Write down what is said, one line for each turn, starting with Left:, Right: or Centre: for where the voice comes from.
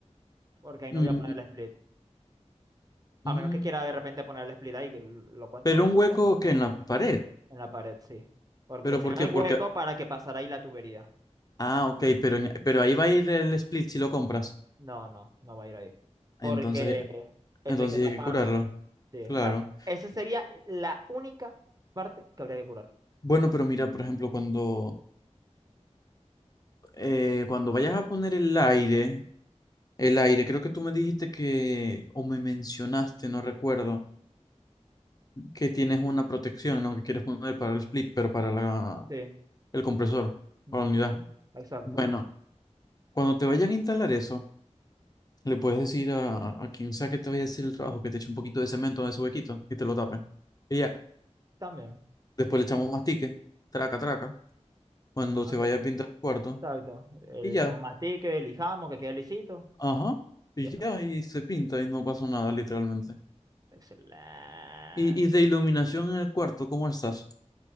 Right: Porque ahí
Left: Mm,
Right: no voy a poner el split.
Left: mm.
Right: A menos que quiera de repente poner el split ahí, que lo cual
Left: Pero
Right: no lo
Left: un
Right: puede
Left: hueco
Right: hacer.
Left: que en la pared.
Right: En la pared, sí. Porque
Left: ¿Pero
Right: le hicieron
Left: por qué?
Right: el
Left: Porque.
Right: hueco para que pasara ahí la tubería.
Left: Ah, ok, pero, en- pero ahí va a ir el split si lo compras.
Right: No, no, no va a ir ahí. Porque
Left: Entonces,
Right: eso
Left: entonces
Right: hay que taparlo.
Left: hay que curarlo.
Right: Sí.
Left: Claro.
Right: a- esa sería la única parte que habría que curar.
Left: Bueno, pero mira, por ejemplo, cuando, eh, cuando vayas a poner el aire. El aire, creo que tú me dijiste que, o me mencionaste, no recuerdo, que tienes una protección, ¿no? Que quieres poner para el split, pero para la,
Right: Sí.
Left: el compresor,
Right: ujú,
Left: para la unidad.
Right: Exacto.
Left: Bueno, cuando te vayan a instalar eso, le puedes decir a, a quien sea que te vaya a hacer el trabajo que te eche un poquito de cemento en ese huequito y te lo tape. Y ya,
Right: También.
Left: después le echamos mastique, traca, traca, cuando
Right: Ok,
Left: se vaya a pintar el cuarto,
Right: Exacto. Eh,
Left: y
Right: Le
Left: ya,
Right: echamos mastique, lijamos, que quede lisito
Left: ajá,
Right: y
Left: y
Right: ya está.
Left: ya, y se pinta y no pasó nada, literalmente.
Right: Excelente.
Left: Y, y de iluminación en el cuarto, ¿cómo estás?